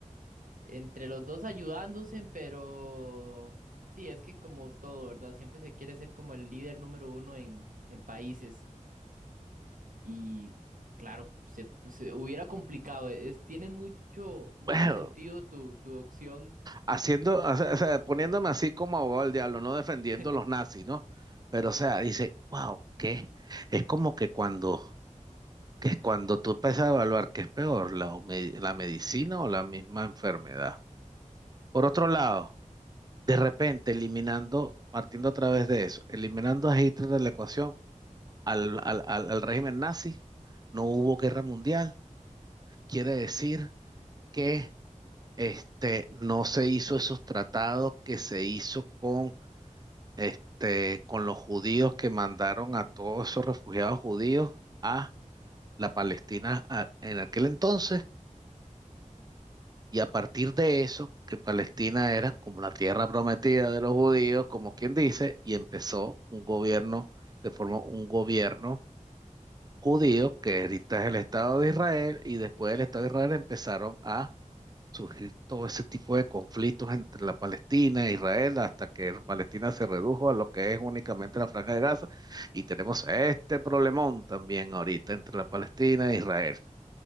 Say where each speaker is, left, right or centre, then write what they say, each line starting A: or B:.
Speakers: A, on the right; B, on the right.
A: entre los dos ayudándose, pero sí, es que como todo, ¿verdad? Siempre se quiere ser como el líder número uno en, en países. Y claro, se, pues, se hubiera complicado. Es, tiene mucho, mucho
B: Bueno,
A: sentido tu, tu opción.
B: haciendo, o sea, o sea, poniéndome así como abogado del diablo, no defendiendo
A: <laughs>
B: a los nazis, ¿no? Pero, o sea, dice, wow, ¿qué? Es como que cuando, que cuando tú empiezas a evaluar qué es peor, la, hume- la medicina o la misma enfermedad. Por otro lado, De repente, eliminando, partiendo a través de eso, eliminando a Hitler de la ecuación, al, al- al- al régimen nazi, no hubo guerra mundial. Quiere decir que este, no se hizo esos tratados que se hizo con, este, con los judíos que mandaron a todos esos refugiados judíos a la Palestina a- en aquel entonces Y a partir de eso, que Palestina era como la tierra prometida de los judíos, como quien dice, y empezó un gobierno, se formó un gobierno judío, que ahorita es el Estado de Israel, y después del Estado de Israel empezaron a surgir todo ese tipo de conflictos entre la Palestina e Israel, hasta que Palestina se redujo a lo que es únicamente la Franja de Gaza, y tenemos este problemón también ahorita entre la Palestina e Israel.